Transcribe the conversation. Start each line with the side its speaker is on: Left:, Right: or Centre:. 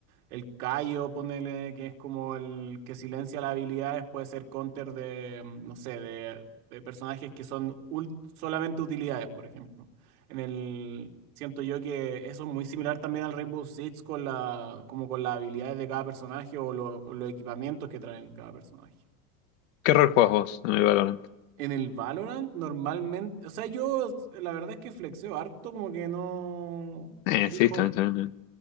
Right: el Kayo, ponele, que es como el que silencia las habilidades, puede ser counter de, mm, no sé, de, de personajes que son ul- solamente utilidades, por ejemplo. En el, siento yo que eso es muy similar también al Rainbow Six con la, como con las habilidades de cada personaje o, lo- o los equipamientos que traen cada personaje.
Left: ¿Qué rol jugás vos en el Valorant?
Right: En el Valorant normalmente, o sea, yo la verdad es que flexeo harto, como que no
Left: Eh,
Right: elijo,
Left: sí, también, también.